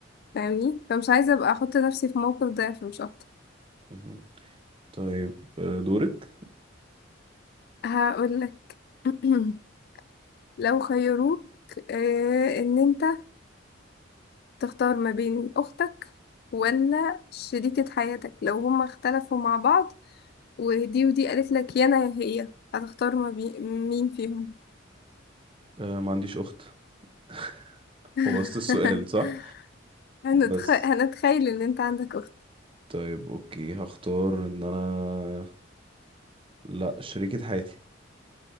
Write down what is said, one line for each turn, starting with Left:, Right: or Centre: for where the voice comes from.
Left: فاهمني فمش عايزه ابقى احط نفسي في موقف ده فمش اكتر
Right: مهم. طيب أه، دورك
Left: هقول لك <clears throat> لو خيروك آه، ان انت تختار ما بين اختك ولا شريكة حياتك لو هما اختلفوا مع بعض ودي ودي قالت لك يا انا يا هي هتختار ما بين مين فيهم
Right: أه، ما عنديش أخت <laughs>
Left: <laughs>
Right: بوظت السؤال صح
Left: هنتخ...
Right: بس
Left: هنتخيل ان انت عندك اخت
Right: طيب اوكي هختار ان انا لا شريكة حياتي